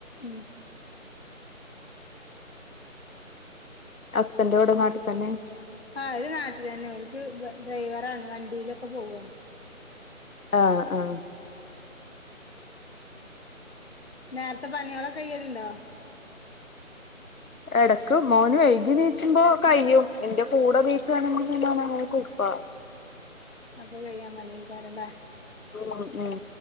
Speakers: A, on the left; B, on the left.
A: ഉം
B: ഹസ്ബന്റ് ഇവടെ നാട്ട്ത്തെന്നെ
A: ആ ഓല് നാട്ട്ത്തെന്നെ ഓല്ക്ക് ഡ്രൈവറാണ് വണ്ടീലൊക്കെ പോവാണ്
B: ആ ആ
A: നേര്ത്തെ പണിയാളൊക്കെ കയ്യൽണ്ടോ
B: എടക്ക് മോന് വൈകി നീച്ചുമ്പോ കയ്യും ന്റെ കൂടെ നീച്ചാണെങ്കി പിന്നോനങ്ങനെ കു മ്പ
A: അപ്പൊ കയ്യാൻ പണിക്കാരല്ലേ
B: ഉം ഉം